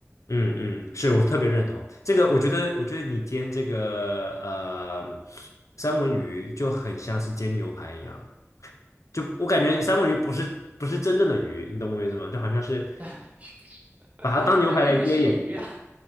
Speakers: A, on the left; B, on the right.
A: 嗯嗯，是我特别认同这个，我觉得我觉得你煎这个呃三文鱼就很像是煎牛排一样，就我感觉三文鱼不是不是真正的鱼，你懂我意思吗？就好像是
B: <laughs>
A: 把它当牛排来煎也。
B: 三文鱼是鱼啊，
A: 可以。